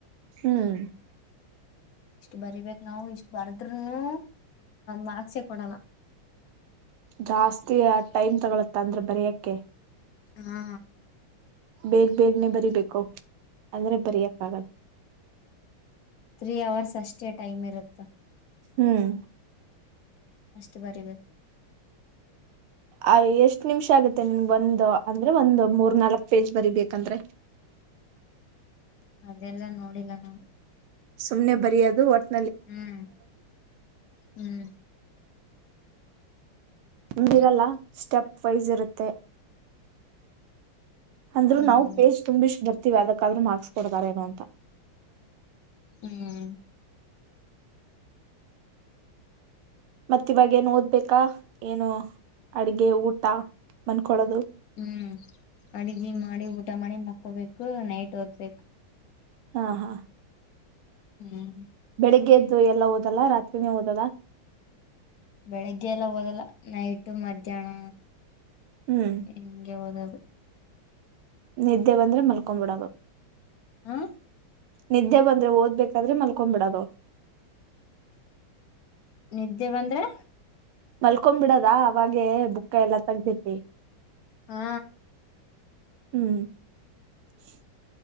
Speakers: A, on the right; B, on the left.
A: ಹ್ಮ್
B: ಇಷ್ಟು ಬರಿಬೇಕ್ ನಾವು ಇಷ್ಟ್ ಬರ್ದ್ರುನು ಮಾರ್ಕ್ಸೆ ಕೊಡಲ್ಲ.
A: ಜಾಸ್ತಿ ಯಾದ್ ಟೈಮ್ ತಗೊಳತ್ ಅಂದ್ರೆ ಬರಿಯಕ್ಕೆ.
B: ಹಾ
A: ಬೇಗ್ ಬೇಗ್ನೆ ಬರಿಬೇಕು. ಅಂದ್ರೆ ಬರಿಯಕ್ ಆಗ
B: ತ್ರೀ ಅವರ್ಸ್ ಅಷ್ಟೇ ಟೈಮ್ ಇರುತ್ತೆ.
A: ಹ್ಮ್
B: ಅಷ್ಟ್ ಬರಿಬೇಕು.
A: ಅ ಎಷ್ಟ್ ನಿಮಿಷ ಆಗತ್ತೆ ನಿಮ್ಗ್ ಒಂದು ಅಂದ್ರೆ ಒಂದ್ ಮೂರ್ ನಾಲ್ಕ್ ಪೇಜ್ ಬರಿಬೇಕಂದ್ರೆ.
B: ಅದೆಲ್ಲ ನೋಡಿಲ್ಲ ನಾನ್
A: ಸುಮ್ನೆ ಬರಿಯೋದು ಒಟ್
B: ಹ್ಮ್ ಹ್ಮ್
A: ಮಿರಲ್ಲ ಸ್ಟೆಪ್ ವೈಸ್ ಇರುತ್ತೆ. ಅಂದ್ರು
B: ಹ್ಮ್
A: ನಾವು ಪೇಜ್ ತುಂಬಿಶ್ ಬರ್ ಅದಕ್ಕಾದ್ರೂ ಮಾರ್ಕ್ಸ್ ಕೊಡ್ತಾರ ಏನು ಅಂತ.
B: ಹ್ಮ್
A: ಮತ್ ಇವಾಗೇಏನ್ ಓದ್ಬೇಕಾ ಏನು ಅಡ್ಗೆ ಊಟ ಮನ್ಕಳೋದು
B: ಹ್ಮ್ ಅಡ್ಗಿ ಮಾಡಿ ಊಟ ಮಾಡಿ ಮಕ್ಕೋಬೇಕು ನೈಟ್ ಓದ್ಬೇಕು
A: ಹಾ ಹಾ
B: ಹ್ಮ್
A: ಬೆಳಿಗ್ಗೆದ್ದು ಎಲ್ಲ ಓದಲ್ಲ ರಾತ್ರಿನ ಓದದ <unintelligible>
B: ಬೆಳಗ್ಗೆ ಎಲ್ಲ ಹೋದಲ್ಲ ನೈಟ್ ಮಧ್ಯಾಹ್ನ
A: ಹ್ಮ್
B: <unintelligible> ಹಿಂಗೆ ಓದೋದು
A: ನಿದ್ದೆ ಬಂದ್ರೆ ಮಲ್ಕೊಂಡು ಬಿಡದು.
B: ಹ್ಮ್
A: ನಿದ್ದೆ ಬಂದ್ರೆ ಓದ್ಬೇಕಾದ್ರೆ ಮಲ್ಕೋ ಬಿಡೋದು.
B: ನಿದ್ದೆ ಬಂದ್ರೆ
A: ಮಲ್ಕೊಂಡ್ ಬಿಡೋದ ಅವಾಗೆ ಬುಕ್ ಎಲ್ಲಾ ತಗ್ದಿಟ್ಟಿ
B: ಹಾ
A: ಹ್ಮ್ <unintelligible>